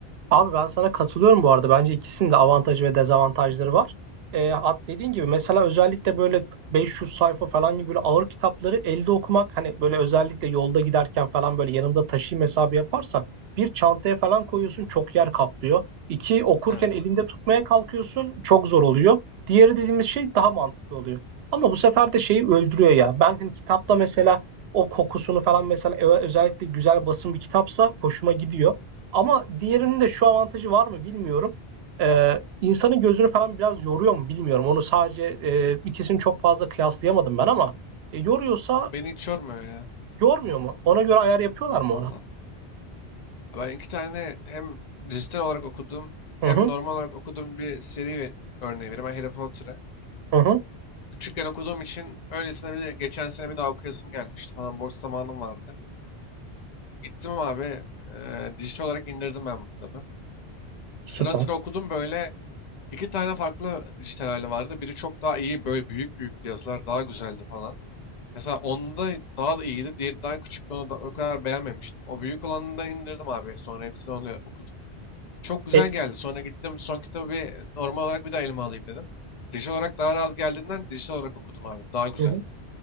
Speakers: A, on the right (about 75°); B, on the left (about 45°).
A: Abi ben sana katılıyorum bu arada. Bence ikisinin de avantajı ve dezavantajları var. E, at dediğin gibi mesela özellikle böyle 500 sayfa falan gibi böyle ağır kitapları elde okumak hani böyle özellikle yolda giderken falan böyle yanımda taşıyayım hesabı yaparsan bir çantaya falan koyuyorsun çok yer kaplıyor. İki okurken
B: Evet.
A: elinde tutmaya kalkıyorsun çok zor oluyor. Diğeri dediğimiz şey daha mantıklı oluyor. Ama bu sefer de şeyi öldürüyor ya. Ben hani kitapta mesela o kokusunu falan mesela ö- özellikle güzel basın bir kitapsa hoşuma gidiyor. Ama diğerinin de şu avantajı var mı bilmiyorum. Ee, insanın gözünü falan biraz yoruyor mu bilmiyorum. Onu sadece e, ikisini çok fazla kıyaslayamadım ben ama e, yoruyorsa
B: Beni hiç yormuyor ya.
A: yormuyor mu? Ona göre ayar yapıyorlar mı
B: Valla.
A: ona?
B: Ben iki tane hem dijital olarak okudum hem
A: Hı hı,
B: normal olarak okuduğum bir seri ve örneği vereyim. Ben Harry Potter'ı.
A: hı hı,
B: Küçükken okuduğum için öylesine bir geçen sene bir daha okuyasım gelmişti falan boş zamanım vardı. Gittim abi e, dijital olarak indirdim ben bu kitabı.
A: süper.
B: Sıra sıra okudum böyle iki tane farklı dijital hali vardı. Biri çok daha iyi böyle büyük büyük yazılar daha güzeldi falan. Mesela onda daha da iyiydi. Diğeri daha küçüktü onu da o kadar beğenmemiştim. O büyük olanından indirdim abi sonra hepsini onu okudum. Çok güzel
A: E,
B: geldi. Sonra gittim son kitabı bir normal olarak bir daha elime alayım dedim. Dijital olarak daha rahat geldiğinden dijital olarak okudum abi. Daha güzeldi.
A: hı hı.